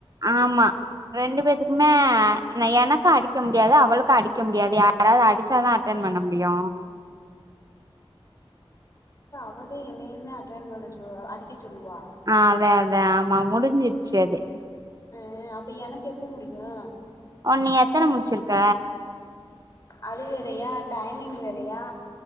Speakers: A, on the right (about 40°); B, on the left (about 35°).
A: ஆமா ரெண்டு பேத்துக்குமே எனக்கு அடிக்க முடியாது அவளுக்கு அடிக்க முடியாது யாராவது அடிச்சாதா அடிக் டன் பண்ண முடியு
B: அது என்னையுமே அட்டன் பண்ண சொல்வா அடிகச் சொ சொல்லுவா
A: ஆஹ் அதா அதா ஆமா முடிஞ்சிருச்சு அது
B: ஆ அப்ப எனக்கு எப்ப முடியு
A: ஓன் நீ எத்தன முடிச்சிருக்க
B: அது வேறயா டைமிங் வேறயா